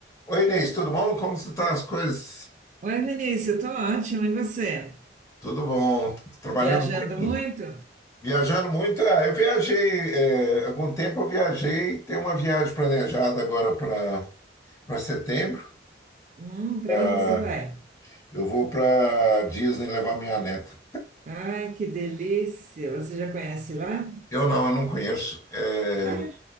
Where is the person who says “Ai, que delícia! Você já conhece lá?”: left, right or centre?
Right